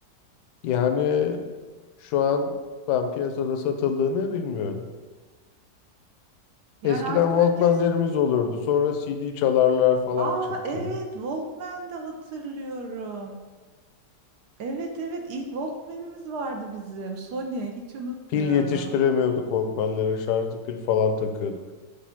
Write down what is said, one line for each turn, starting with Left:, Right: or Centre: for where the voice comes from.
Left: Yani şu an ben piyasada satıldığını bilmiyorum.
Right: Yani
Left: Eskiden
Right: artık herkes
Left: Walkman'lerimiz olurdu. Sonra CD çalarlar falan
Right: Aa
Left: çıktı.
Right: evet Walkman'de hatırlıyorum. Evet evet ilk Walkman'imiz vardı bizim. Sony hiç unutmuyorum.
Left: Pil yetiştiremiyorduk Walkman'lere. Şarjlı pil falan takıyorduk.